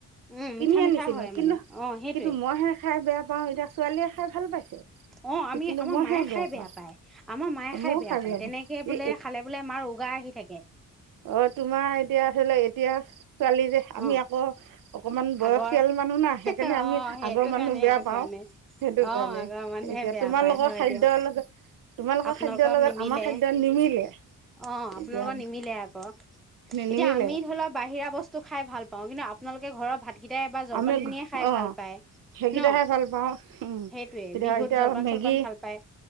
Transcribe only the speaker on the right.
কিনি
আনিছিলোঁ
কিন্তু,
কিন্তু মইহে খাই বেয়া পাওঁ, এতিয়া ছোৱালীয়ে খাই ভাল পাইছে।
কিন্তু
মইহে
পাওঁ
ময়ো
পাওঁ ই
অ', তোমাৰ এতিয়া ধৰি লোৱা এতিয়া ছোৱালীযে আমি
আকৌ অকমান বয়সীয়াল
মানুহ ন সেইকাৰণে
আমি
আগৰ মানুহ
বেয়া পাওঁ
সেইটো
কাৰণেই।
এতিয়া
তোমালোকৰ
খাদ্যৰ
লগত তোমালোকৰ
খাদ্যৰ লগত
আমাৰ খাদ্য নিমিলে।
এতিয়া
নিমিলে
আমি
অঁ
সেইকেইটাহে
ভাল পাওঁ, উ
এতিয়া,
এতিয়া
মেগী